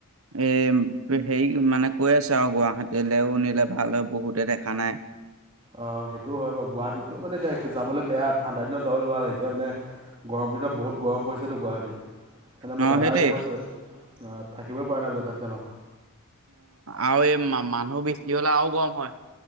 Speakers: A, on the right; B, on the right.
A: এ সেই মানে কৈ আছে আও গুৱাহাটীলেও নিলে ভাল হয়, বহুতে দেখা নাই।
B: অ' সেইটো হয় বাও গুৱাহাটীতো মানে এতিয়া যাবলৈ বেয়া। ঠাণ্ডা দিনত যাবলৈ ভা এতিয়া মানে গৰ এগিদিনত বহুত গৰম পৰিছেতো গুৱাহাটীত। এনে
A: অ
B: মোৰ দাদাই
A: সেইটোৱে
B: কৈছে, আ থাকিবই পৰা নাই বোলে তাতে মানুহ।
A: আও এই মা-মানুহ বেছি হ'লে আও গৰম হয়।